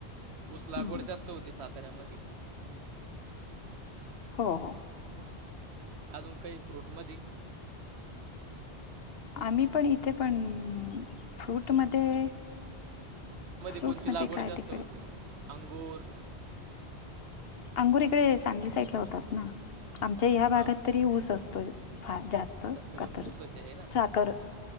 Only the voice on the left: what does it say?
हं.
हो हो.
आम्ही पण इथे पण फ्रूटमध्ये फ्रूटमध्ये
काय
तिकडे?
अंगूर इकडे सांगली साईड ला होतात ना? आमच्या ह्या भागात
तरी ऊस असतो. फार जास्त
कतर
साखर